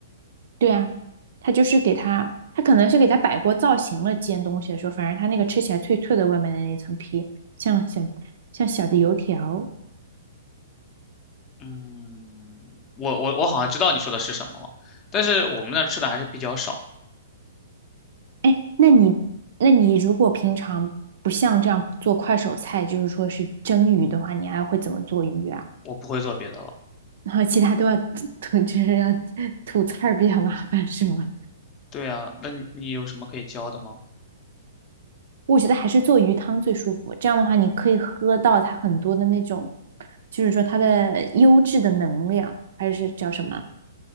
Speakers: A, on the right; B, on the left.
A: 对啊，它就是给它，它可能是给它摆过造型了，煎东西的时候，反正它那个吃起来脆脆的，外面的那层皮像小像小的油条。
B: 嗯，我我我好像知道你说的是什么了，但是我们那儿吃的还是比较少，
A: 哎，那你那你如果平常不像这样做快手菜，就是说是蒸鱼的话，你还会怎么做鱼啊？
B: 我不会做别的了。
A: 然后其他都要吐，就是要吐刺儿比较麻烦，是吗？
B: 对啊，那你你有什么可以教的吗？
A: 我觉得还是做鱼汤最舒服。这样的话，你可以喝到它很多的那种，就是说它的优质的能量，还是叫什么？